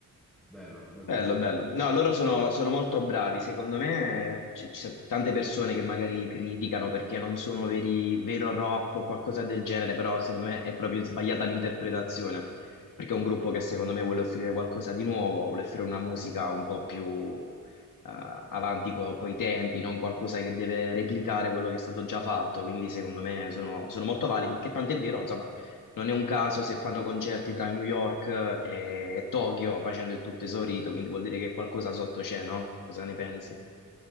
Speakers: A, in the centre; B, on the left (about 75°).
A: Bello, bel
B: bello,
A: concerto.
B: bello. No, loro sono, sono molto bravi. Secondo me eh, ci ci sono tante persone che magari li criticano perché non sono veri, vero rock o qualcosa del genere, però secondo me è proprio sbagliata l'interpretazione, perché è un gruppo che secondo me vuole offrire qualcosa di nuovo, vuole offrire una musica un po' più eh, avanti co- coi tempi, non qualcosa che deve replicare quello che è stato già fatto. Quindi secondo me sono, sono molto validi, che tant'è vero, insomma, Non è un caso se fanno concerti tra New York e, e Tokyo facendo il tutto esaurito, quindi vuol dire che qualcosa sotto c'è, no? Cosa ne pensi?